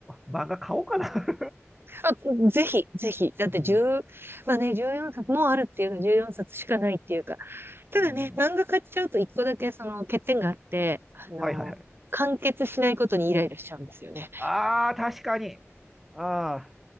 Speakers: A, in the centre; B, on the right.
A: 漫画買おうかな。<laughs>
B: <laughs> あ、ぜひ、ぜひ。だって1
A: うん。
B: まあね、14冊もうよんさつもあるっていうか、14冊しかないっていうか。ただね、
A: うん。
B: 漫画買っちゃうと一個だけその欠点があって、あの、
A: はいはいはい。
B: 完結しないことにイライラしちゃうんですよね。
A: ああ、確かに。あ